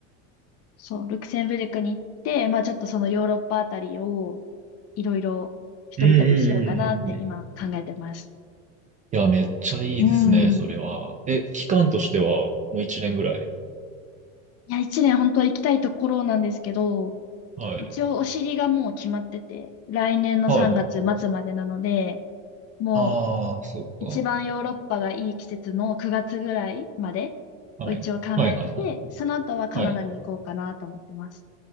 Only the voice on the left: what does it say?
そう、ルクセンブルクに行って、まあちょっとそのヨーロッパあたりをいろいろ一人旅しようかなって今考えてます。
うん。
いや、一年本当は行きたいところなんですけど、
一応お尻がもう決まってて、来年の3月末までなので、
もう
一番ヨーロッパがいい季節の9月ぐらいまでを一応考えてて、
その後はカナダに行こうかなと思ってます。